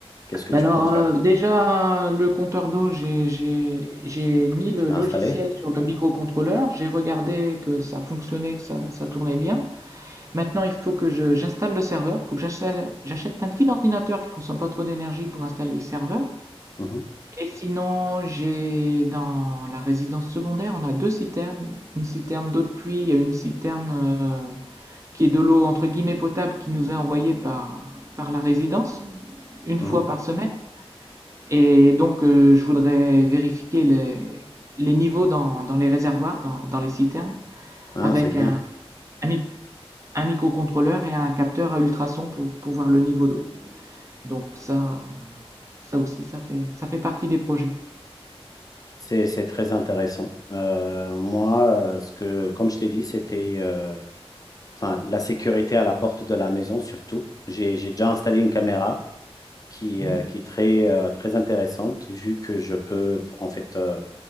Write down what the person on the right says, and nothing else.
Alors,
euh, déjà, le compteur d'eau, j'ai j'ai- j'ai mis le
logiciel
sur le microcontrôleur, j'ai regardé que ça fonctionnait, que ça, ça tournait bien. Maintenant, il faut que je- j'installe le serveur, il faut que j'installe- j'achète un petit ordinateur qui consomme pas trop d'énergie pour installer le serveur.
Et sinon, j'ai dans la résidence secondaire, on a deux citernes, une citerne d'eau de pluie et une citerne euh, qui est de l'eau entre guillemets potable qui nous est envoyée par, par la résidence une
fois par semaine. Et donc, euh, je voudrais vérifier les, les niveaux dans, dans les réservoirs, dans, dans les citernes,
avec
un, un, mic- un microcontrôleur et un capteur à ultrasons pour, pour voir le niveau d'eau. Donc ça, ça aussi, ça fait, ça fait partie des projets.
Mhm.